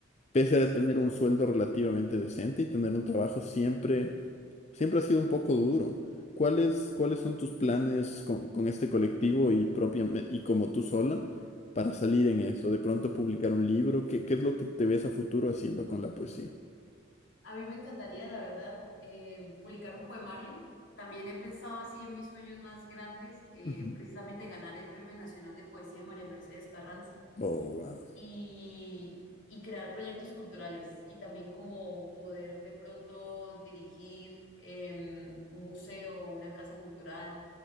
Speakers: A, on the left (about 35°); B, on the left (about 70°).
A: pese
B: Sí.
A: a tener un sueldo relativamente decente y tener un trabajo siempre, siempre ha sido un poco duro. ¿Cuáles, cuáles son tus planes con, con este colectivo y propiamente, y como tú sola para salir en eso? De pronto publicar un libro, ¿qué, qué es lo que te ves a futuro haciendo con la poesía?
B: A mí me encantaría, la verdad, eh, publicar un poemario. También he pensado así en mis sueños más grandes, eh,
A: Ujú.
B: precisamente ganar el Premio Nacional de Poesía María Mercedes Carranza
A: Oh, wow.
B: y, y crear proyectos culturales y también como poder de pronto dirigir em, un museo, una casa cultural